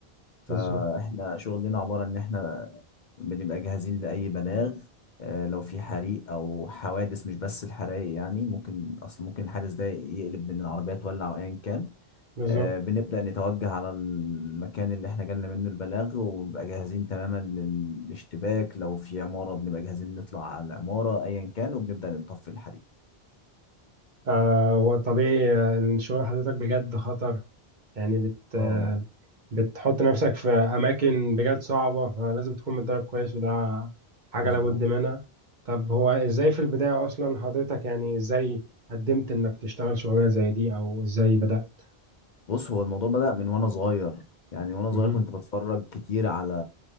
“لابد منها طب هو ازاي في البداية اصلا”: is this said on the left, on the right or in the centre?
Right